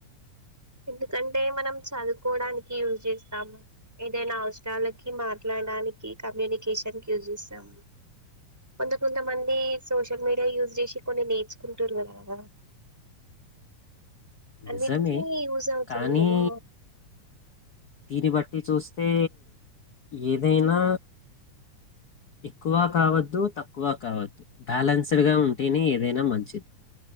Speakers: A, in the centre; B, on the left.
A: ఎందుకంటే మనం చదువుకోవడానికి యూజ్ చేస్తాము. ఏదైనా అవసరాలకి మాట్లా ట్లాడానికి కమ్యూనికేషన్ కి యూజ్ చేస్తాము. కొంత కొంతమంది సోషల్ మీడియా యూజ్ చేసి కొన్ని నేర్చుకుంటురు కదా అన్నిటికీ
B: నిజమే
A: యూజ్ అవుతుంది
B: కానీ
A: కదా
B: దీన్ని బట్టి చూస్ అంటే ఏదైనా ఎక్కువ కావద్దు తక్కువ కావద్దు బ్యాలెన్స్డ్ గా ఉంటేనే ఏదైనా మంచిది